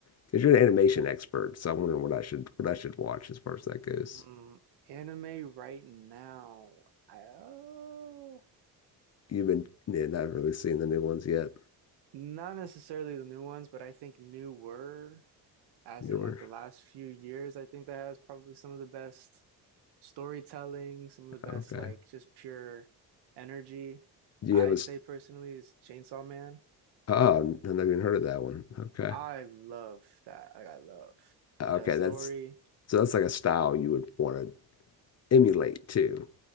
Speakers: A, on the left; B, on the right.
A: Because you're an animation expert, so I'm wondering what I should what I should watch as far as that goes.
B: Hmm, anime right now. I, uh,
A: You've been yeah, not really seen the new ones yet.
B: not necessarily the new ones, but I think newer, as
A: You
B: in
A: were
B: like the last few years, I think that has probably some of the best storytelling, some of the best
A: okay.
B: like just pure energy.
A: Do
B: I'd
A: you have a s-
B: say personally is Chainsaw Man.
A: oh, I've never even heard of that one. Okay,
B: I love that. Like I love
A: okay,
B: that story.
A: that's so that's like a style you would want to emulate too.